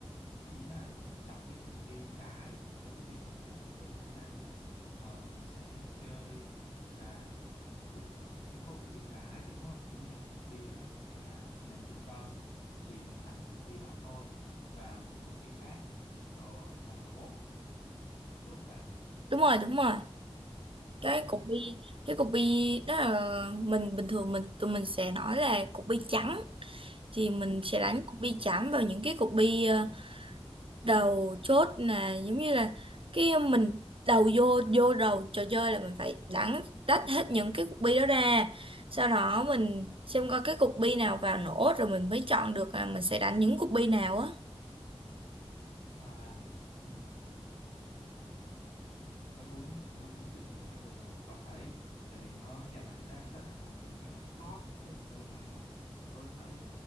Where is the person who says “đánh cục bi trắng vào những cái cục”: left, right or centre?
Right